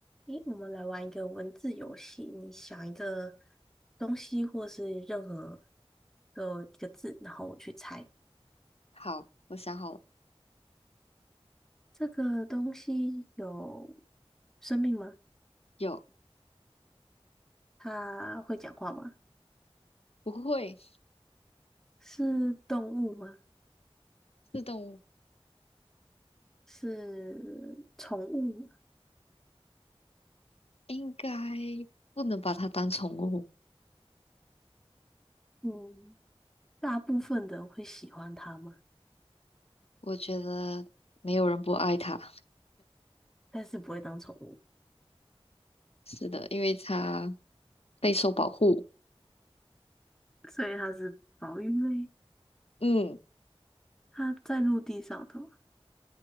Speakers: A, in the centre; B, on the left.
A: 诶，我们来玩一个文字游戏。你想一个东西，或是任何的一个字，然后我去猜
B: 好，我想好了，
A: 这个东西有生命吗？
B: 有，
A: 它会讲话吗？
B: 不会
A: 是动物吗？
B: 是动物，
A: 是宠物吗
B: 应该不能把它当宠物。
A: 嗯，大部分的人会喜欢它吗？
B: 我觉得没有人不爱它，
A: 但是不会当宠物，
B: 是的，因为它备受保护。
A: 所以它是保育类。
B: 嗯，
A: 它在陆地上的吗？